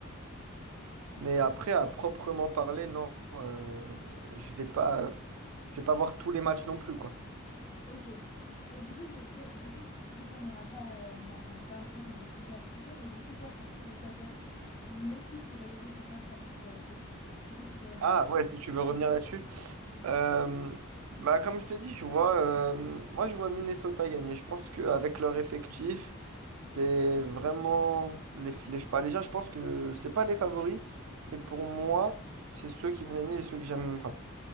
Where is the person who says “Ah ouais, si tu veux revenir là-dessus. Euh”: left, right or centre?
Right